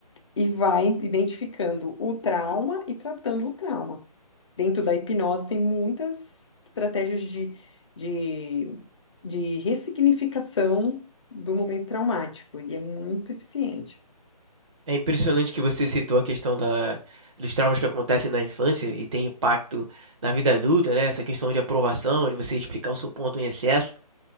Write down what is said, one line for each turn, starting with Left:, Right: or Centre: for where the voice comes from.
Left: e vai identificando o trauma e tratando o trauma. Dentro da hipnose tem muitas estratégias de, de, de ressignificação do momento traumático e é muito eficiente.
Right: É impressionante que você citou a questão da, dos traumas que acontecem na infância e tem impacto na vida adulta, né? Essa questão de aprovação, de você explicar o seu ponto em excesso.